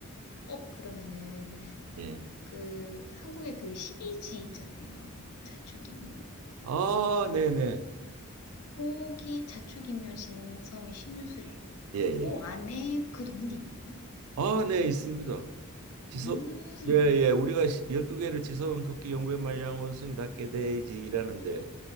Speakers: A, on the left (about 80°); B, on the right (about 70°).
A: 어, 그러면은,
B: 예.
A: 그, 한국의 그시2지 있잖아요. 자축인묘.
B: 아, 네네.
A: 고기, 자축인묘, 진섬이, 신유술회.
B: 예,
A: 그
B: 예.
A: 안에 그 동물이 있나요?
B: 아, 네, 있습니다. 지소
A: 음,
B: 예, 예. 우리가 12개를 지소음 토끼 용배 말량 원숭이 닭개 돼지라는데